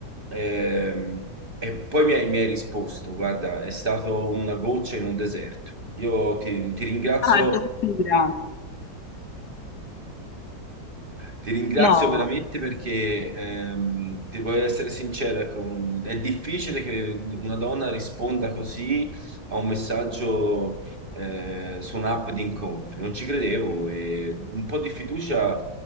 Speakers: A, on the right; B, on the left.
A: Ehm, e poi mi hai, mi hai risposto, guarda, è stato una goccia in un deserto. Io ti, ti ringrazio
B: Ah, addirittura.
A: Ti ringrazio
B: No.
A: veramente perché ehm, ti voglio essere sincero, ecco, è difficile che una donna risponda così a un messaggio eh, su un'app di incontri. Non ci credevo e un po' di fiducia